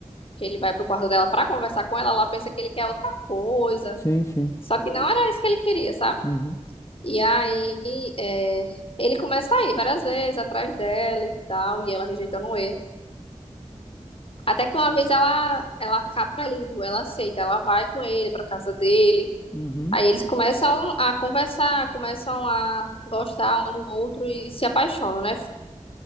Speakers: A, on the left; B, on the left.
A: que ele vai pro quarto dela pra conversar com ela, ela pensa que ele quer outra coisa.
B: Sim, sim.
A: Só que não era isso que ele queria, sabe?
B: Uhum,
A: E aí, é, ele começa a ir várias vezes atrás dela e tal, e ela rejeitando ele. Até que uma vez ela, ela acaba indo, ela aceita, ela vai com ele pra casa dele.
B: uhum.
A: Aí eles começam a conversar, começam a gostar um do outro e se apaixonam, né?